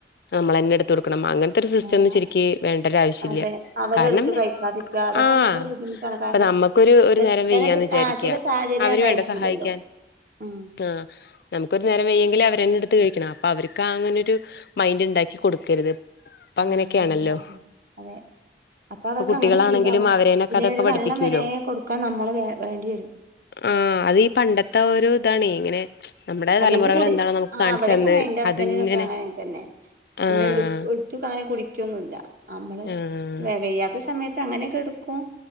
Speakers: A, on the left (about 60°); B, on the right (about 50°).
A: നമ്മളന്നെ ട് ത്തൊട്ക്കണം അങ്ങനെ ത്തൊരു സിസ്റ്റം
B: ആഹ്
A: ഒന്നും ശരിക്ക് വേണ്ട ഒരു ആവശ്യംല്ല
B: അതെ അവരെടുത്ത്
A: കാരണം
B: കഴിക്കാതിരിക്കുക അതൊക്കെ
A: ആ
B: നമ്മുക്കൊരു ബുദ്ധിമുട്ടാണ്
A: ഇപ്പ
B: കാരണം
A: നമ്മക്ക് ഒരു ഒരു
B: ചെ
A: നേരം
B: ചെല
A: വെയ്യാന്ന് വിചാരിക്ക
B: ആഹ് ചില സാഹചര്യം
A: അവര്
B: അതായിരിക്കൂലല്ലോ
A: വേണ്ട സഹായിക്കാൻ
B: ഉം
A: ആഹ് നമുക്കൊരു നേരം വെയ്യെങ്കിൽ അവരന്നെടുത്ത് കഴിക്കണം അപ്പൊ അവർക്ക് അങ്ങനെൊരു മൈൻഡ് ണ്ടാക്കി കൊടുക്കരുത് ഇപ്പൊ
B: ആ
A: അങ്ങനെയൊക്കെയാണല്ലോ
B: <unintelligible> അതെ അപ്പൊ
A: ഇപ്പൊ
B: അവർക്ക്
A: കുട്ടികളാണെങ്കിലും
B: അങ്ങനെ ശീലാവും
A: അവരേനൊക്കെ
B: പിന്നെ
A: അതൊക്കെ
B: ഒരു
A: പഠിപ്പിക്കൂലോ
B: വെള്ളം വരെ കൊടുക്കാൻ നമ്മൾ വ വേണ്ടി വരും
A: ആ അതീ പണ്ടത്തെ ഒരു താണ് ഇങ്ങനെ നമ്മടെ
B: അല്ലെങ്കി
A: തലമുറകൾ
B: കൂടി
A: എന്താണോ നമുക്ക്
B: ആഹ്
A: കാണിച്ചന്ന്
B: ഇവിടെക്കെ അങ്ങനെ എന്റെ ഹസ്ബൻഡിനൊക്കെ
A: അതിങ്ങനെ
B: അങ്ങനെ തന്നെ പിന്നെ
A: ആഹ്
B: എടു എടുത്ത് താനേ കുടിക്കൊന്നുല്ല നമ്മള്
A: ആഹ്
B: വ വെയ്യാത്ത സമയത്ത് അങ്ങനെക്കെ ട്ക്കും